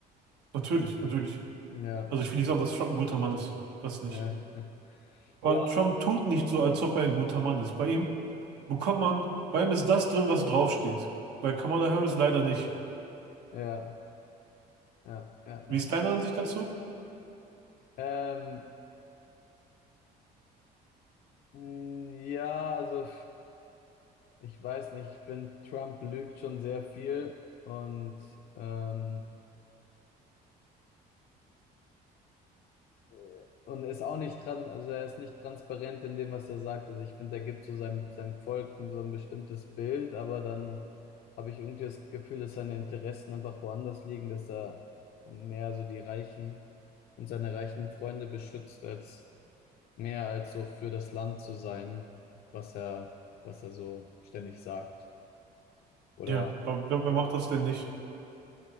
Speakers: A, on the right; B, on the left.
A: natürlich, natürlich.
B: Ja,
A: Also ich will nicht sagen, dass Trump ein guter Mann ist. Das nicht.
B: ja. <laughs>
A: Aber
B: Ja,
A: Trump tut nicht so, als ob er ein guter Mann ist. Bei ihm bekommt man, bei ihm ist das drin, was draufsteht. Bei Kamala Harris leider nicht.
B: ja, ja, ja,
A: Wie
B: ja.
A: ist deine Ansicht dazu?
B: Ähm, mh, ja, also. Ich weiß nicht, ich finde, Trump lügt schon sehr viel und, ähm, äh, und ist auch nicht dran, also er ist nicht transparent in dem, was er sagt. Also ich finde, er gibt so seinem, seinem Volk so ein bestimmtes Bild, aber dann habe ich irgendwie das Gefühl, dass seine Interessen einfach woanders liegen, dass er mehr so die Reichen und seine reichen Freunde beschützt, als mehr als so für das Land zu sein, was er, was er so ständig sagt. Oder
A: Ja, aber wer, wer macht das denn nicht?